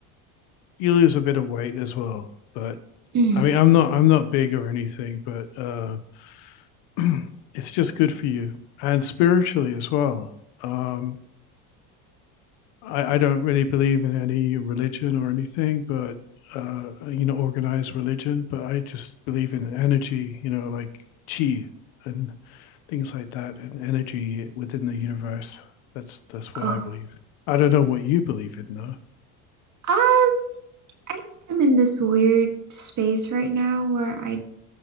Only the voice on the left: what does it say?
you lose a bit of weight as well. But
I mean, I'm not I'm not big or anything, but uh, <clears throat> it's just good for you and spiritually as well. Um, I, I don't really believe in any religion or anything, but uh, you know, organized religion. But I just believe in energy, you know, like chi and things like that, and energy within the universe. That's that's what
I
believe. I don't know what you believe in though.